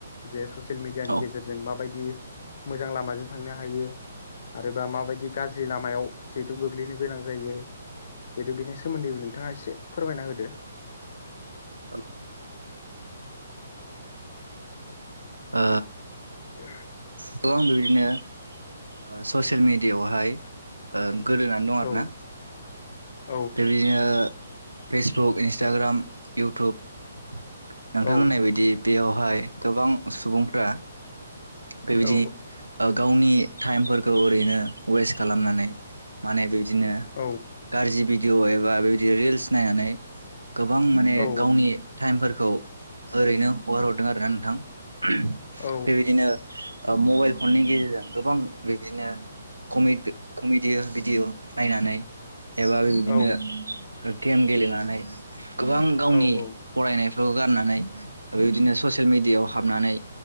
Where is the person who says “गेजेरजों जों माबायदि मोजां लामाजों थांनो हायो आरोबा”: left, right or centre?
Left